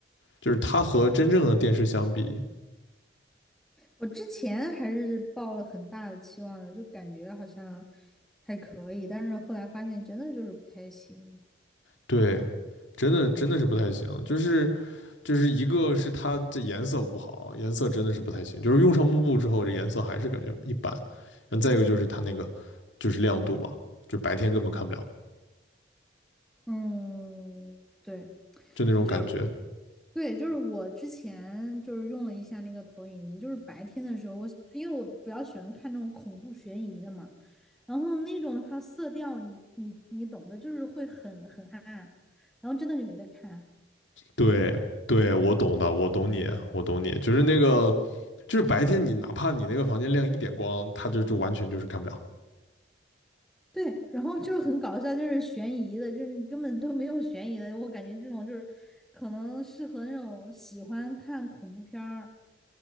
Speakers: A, on the left; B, in the centre.
A: 就是它和真正的电视相比，
B: 我之前还是抱了很大的期望的，就感觉好像还可以，但是后来发现真的就是不太行。
A: 对，真的真的是不太行。就是就是一个是它这颜色不好，颜色真的是不太行。就是用上幕布之后，这颜色还是感觉一般。然后再一个就是它那个就是亮度嘛，就白天根本看不了，
B: 嗯，对，
A: 就那种感觉。
B: 就是对，就是我之前就是用了一下那个投影仪，就是白天的时候，我因为我比较喜欢看那种恐怖悬疑的嘛。然后那种的话，色调你你你懂的，就是会很很暗，然后真的就没得看。
A: 对对，我懂的，我懂你，我懂你，就是那个，就是白天你哪怕你那个房间亮一点光，它就就完全就是看不了，
B: 对，然后就很搞笑，就是悬疑的，就是你根本都没有悬疑的。我感觉这种就是可能适合那种喜欢看恐怖片儿，